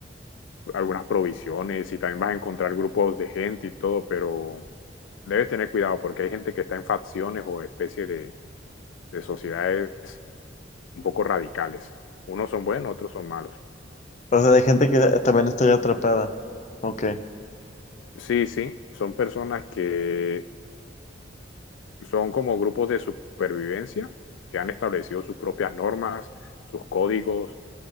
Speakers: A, on the left; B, on the left.
A: algunas provisiones y también vas a encontrar grupos de gente y todo, pero debes tener cuidado porque hay gente que está en facciones o especies de, de sociedades un poco radicales. Unos son buenos, otros son malos.
B: O sea, de gente que también estoy atrapada. Ok.
A: Sí, sí, son personas que son como grupos de supervivencia que han establecido sus propias normas, sus códigos,